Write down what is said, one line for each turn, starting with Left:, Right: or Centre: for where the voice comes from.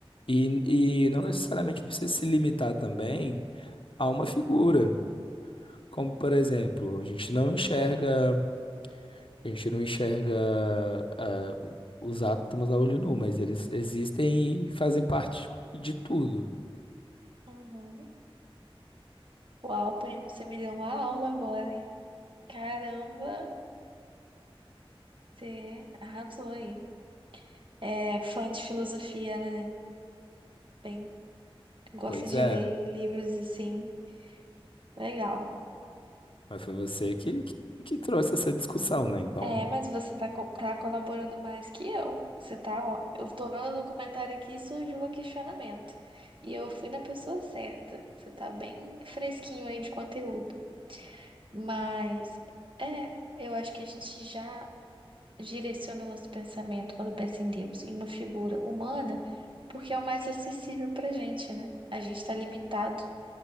Left: E, e não necessariamente precisa se limitar também a uma figura. Como, por exemplo, a gente não enxerga, a gente não enxerga ah, os átomos a olho nu, mas eles existem e fazem parte de tudo.
Right: uhum. Uau, primo, você me deu uma aula agora, hein? Caramba, você arrasou aí. É fã de filosofia, né? Bem, gosta
Left: Pois
Right: de
Left: é,
Right: ler livros assim. Legal.
Left: mas foi você que, que, que trouxe essa discussão, né? Então,
Right: É, mas você tá, co- tá colaborando mais que eu. Você tá, ó. Eu tô vendo no comentário aqui e surgiu um questionamento. E eu fui na pessoa certa. Você tá bem fresquinho aí de conteúdo. Mas, é, eu acho que a gente já direciona nosso pensamento quando pensa em Deus, em uma figura humana, porque é o mais acessível pra gente, né? A gente tá limitado